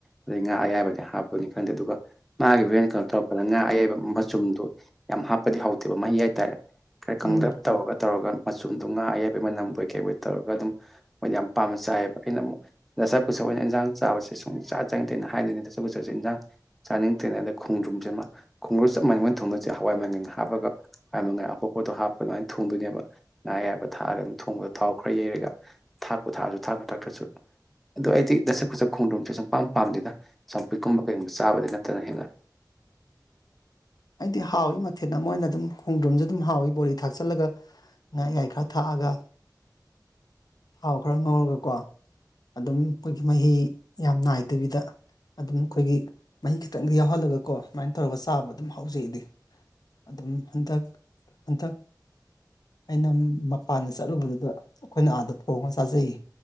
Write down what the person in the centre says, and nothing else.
ꯑꯗꯩ ꯉꯥ ꯑꯌꯥꯏꯕꯅꯦ ꯍꯥꯞꯄꯅꯤ ꯈꯪꯗꯦ ꯑꯗꯨꯒ ꯃꯥꯒꯤ ꯍꯨꯔꯦꯟ ꯀꯩꯅꯣ ꯇꯧꯔꯛꯄꯗꯅ ꯑꯌꯥꯏꯕ ꯃꯆꯨꯝꯗꯣ ꯌꯥꯝ ꯍꯥꯞꯄꯗꯤ ꯍꯥꯎꯇꯦꯕ ꯃꯍꯤ ꯍꯥꯏꯇꯥꯔꯦ ꯈꯔ ꯀꯪꯂꯞ
ꯇꯧꯔꯒ ꯇꯧꯔꯒ ꯃꯆꯨꯝꯗꯣ ꯉꯥ ꯑꯌꯥꯏꯕꯩ ꯃꯅꯝꯕꯣꯏ ꯀꯩꯕꯣꯏ ꯇꯧꯔꯒ ꯑꯗꯨꯝ ꯃꯣꯏꯗꯤ ꯌꯥꯝ ꯄꯥꯝꯅ ꯆꯥꯏꯌꯦꯕ ꯑꯩꯅ ꯑꯃꯨꯛ ꯗꯁꯥ ꯀꯨꯁꯥ ꯑꯣꯏꯅ ꯏꯟꯖꯥꯡ ꯆꯥꯕꯁꯦ ꯁꯨꯪꯆꯥ ꯆꯥꯅꯤꯡꯇꯦꯅ ꯍꯥꯏꯗꯣꯏꯅꯤ ꯗꯁꯥ ꯀꯨꯁꯥ ꯁꯦ ꯏꯟꯖꯥꯡ ꯆꯥꯅꯤꯡꯇꯦꯅ ꯑꯗꯩ ꯈꯣꯡꯗ꯭ꯔꯨꯝꯖꯤꯃꯥ ꯈꯣꯡꯗ꯭ꯔꯨꯝ ꯆꯞ ꯃꯅꯩ ꯃꯣꯢ ꯊꯣꯡꯗꯣꯏꯖꯦ ꯍꯋꯥꯏ ꯃꯪꯒꯟꯒ ꯍꯥꯞꯄꯒ ꯍꯋꯥꯏ ꯃꯪꯒꯟ ꯑꯄꯣꯛꯄꯗꯣ ꯍꯥꯞꯄ ꯑꯗꯨꯃꯥꯏꯅ ꯊꯣꯡꯗꯣꯏꯅꯦꯕ ꯉꯥ ꯑꯌꯥꯏꯕ ꯊꯥꯛꯑꯒ ꯑꯗꯨꯝ ꯊꯣꯡꯕꯗꯣ ꯊꯥꯎ ꯈꯔ ꯌꯩꯔꯒ꯫ ꯊꯥꯥꯛꯄꯨ ꯊꯥꯛꯑꯖꯨ ꯊꯥꯛꯄꯨ ꯊꯥꯛꯇꯔ꯭ꯖꯨ ꯑꯗꯣ ꯑꯩꯗꯤ ꯗꯁꯥ ꯀꯨꯁꯥ ꯈꯣꯡꯗꯔ꯭ꯨꯝꯁꯦ ꯁꯨꯝ ꯄꯥꯝ ꯄꯥꯝꯗꯅ ꯆꯝꯐꯨꯠꯀꯨꯝꯕ ꯀꯩꯒꯨꯝꯕ ꯆꯥꯕꯗꯤ ꯅꯠꯇꯅ ꯍꯦꯟꯅ